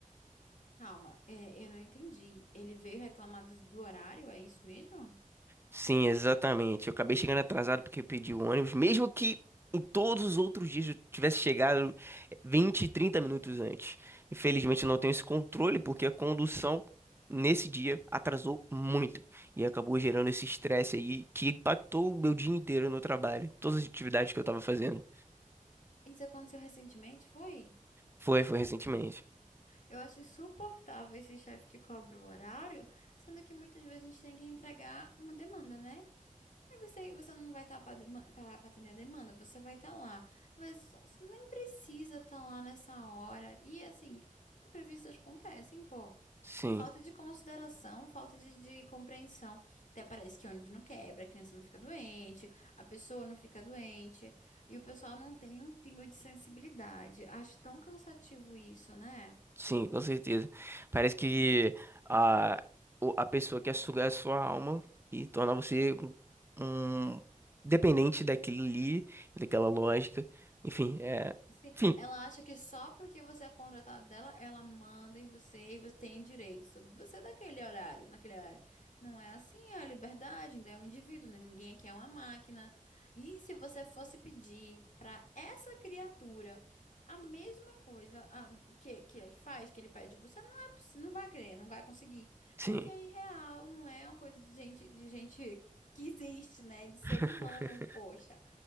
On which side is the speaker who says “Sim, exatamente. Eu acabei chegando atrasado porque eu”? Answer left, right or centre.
Right